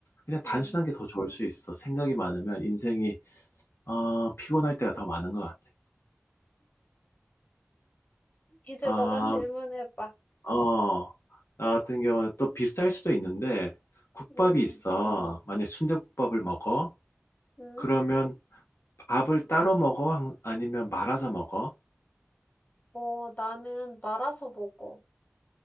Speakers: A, on the left; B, on the left.
A: 그냥 단순한
B: 응.
A: 게 더 좋을 수 있어. 생각이 많으면 인생이, 어, 피곤할 때가 더 많은 것 같아.
B: 이제
A: 아,
B: 너가 질문해봐.
A: 어, 나 같은 경우는 또 비쌀 수도 있는데, 국밥이
B: 응,
A: 있어. 만약 순대국밥을 먹어?
B: 응.
A: 그러면 밥을 따로 먹어? 아니면 말아서 먹어?
B: 어, 나는 말아서 먹어.